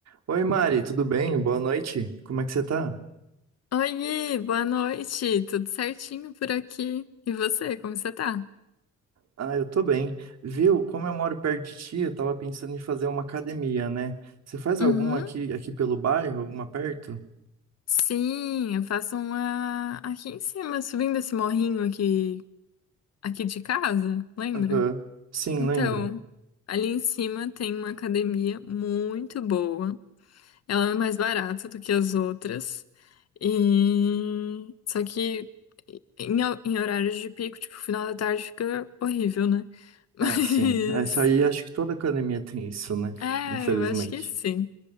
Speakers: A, on the right (about 60°); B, on the left (about 55°).
A: Oi, Mari, tudo bem? Boa noite. Como é que você tá?
B: Oi, boa noite. Tudo certinho por aqui? E você, como você tá?
A: Ah, eu tô bem. Viu? Como eu moro perto de ti, eu tava pensando em fazer uma academia, né? Você faz alguma
B: Uhum.
A: aqui, aqui pelo bairro, alguma perto?
B: Sim, eu faço uma aqui em cima, subindo esse morrinho aqui, aqui de casa, lembra?
A: Aham. Sim,
B: Então,
A: lembro.
B: ali em cima tem uma academia muito boa. Ela é mais barata do que as outras. E só que em, em horários de pico, tipo, final da tarde fica horrível, né? <laughs> Mas
A: Ah, sim. Essa aí acho que toda academia tem isso, né?
B: é,
A: Infelizmente.
B: eu acho que sim.